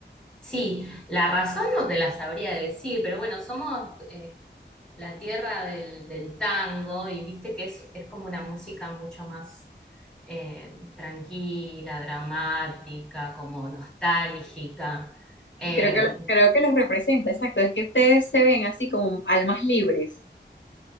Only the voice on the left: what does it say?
Y Creo que, lo- creo que los representa, exacto. Es que ustedes se ven así como almas libres.